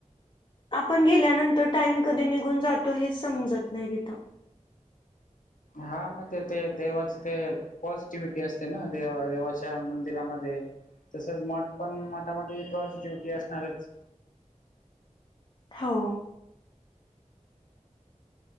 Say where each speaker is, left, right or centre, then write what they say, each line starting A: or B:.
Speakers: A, on the left; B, on the left.
A: आपण गेल्यानंतर टाईम कधी निघून जातो हे समजत नाही तिथं.
B: हा मग ते ते देवाच ते पॉझिटिव्हटी असते ना दे देवाच्या मंदिरामध्ये तसंच मठ पण मठामध्ये पॉझिटिव्हटी असणारच.
A: हो.